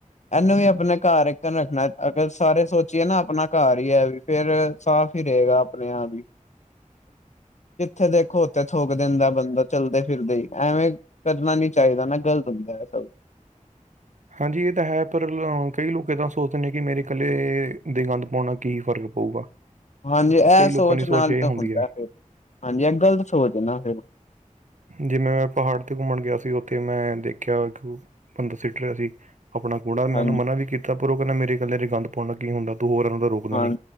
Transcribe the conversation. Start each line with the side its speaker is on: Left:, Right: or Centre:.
Left: ਇਹਨੂੰ ਵੀ ਆਪਣੇ ਘਰ ਇੱਕ ਰੱਖਣਾ। ਫਿਰ ਸਾਰੇ ਸੋਚੀਏ ਨਾ ਆਪਣਾ ਘਰ ਵੀ ਫਿਰ ਸਾਫ਼ ਹੀ ਰਹੇਗਾ ਆਪਣੇ ਆਪ ਹੀ। ਕਿੱਥੇ ਦੇਖੋ ਉੱਥੇ ਥੋਕ ਦਿੰਦਾ ਬੰਦਾ। ਚੱਲਦੇ ਫਿਰਦੇ ਐਵੇਂ, ਕਰਨਾ ਨੀ ਚਾਹੀਦਾ ਨਾ ਗ਼ਲਤ ਹੁੰਦਾ ਹੈ ਸਭ
Right: ਹਾਂਜੀ ਇਹ ਤਾਂ ਹੈ, ਪਰ ਕਈ ਲੋਕ ਇੱਦਾਂ ਸੋਚਦੇ ਨੇ ਕਿ ਮੇਰੇ ਇਕੱਲੇ ਦੇ ਗੰਦ ਪਾਉਣਾ। ਕੀ ਫ਼ਰਕ ਪਊਗਾ
Left: ਹਾਂਜੀ ਇਹ
Right: ਕਈ ਲੋਕਾਂ
Left: ਸੋਚ
Right: ਦੀ
Left: ਨਾਲ
Right: ਇਹ
Left: ਤਾਂ
Right: ਹੁੰਦੀ
Left: ਹੁੰਦਾ
Right: ਹੈ
Left: ਫਿਰ, ਹਾਂਜੀ ਇਹ ਗ਼ਲਤ ਸੋਚ ਨਾ ਫਿਰ।
Right: ਜਿਵੇਂ ਮੈਂ ਪਹਾੜ ਤੇ ਘੁੰਮਣ ਗਿਆ ਸੀ ਉੱਥੇ ਮੈਂ ਦੇਖਿਆ ਕਿ ਬੰ ਰਿਹਾ ਸੀ ਆਪਣਾ ਕੂੜਾ ਮੈਂ
Left: ਹਾਂਜੀ
Right: ਉਹਨੂੰ ਮਨਾ ਵੀ ਕੀਤਾ। ਪਰ ਉਹ ਕਹਿੰਦਾ ਮੇਰੇ ਕੱਲੇ ਚ ਗੰਦ ਪਾਉਣਾ ਕੀ ਹੁੰਦਾ ਤੂੰ ਹੋਰ ਇਹਨਾਂ ਦਾ ਰੋਕ।
Left: ਹਾਂ
Right: ਨਹੀਂ